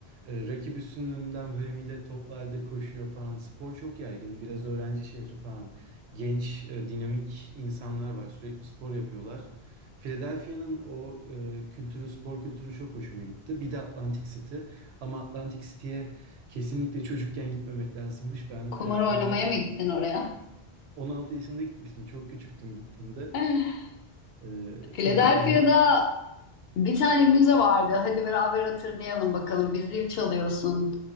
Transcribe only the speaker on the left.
Kumar
oynamaya
mı gittin oraya?
<laughs>
Philadelphia'da
bir tane müze vardı. Hadi beraber hatırlayalım bakalım. Bir zil çalıyorsun.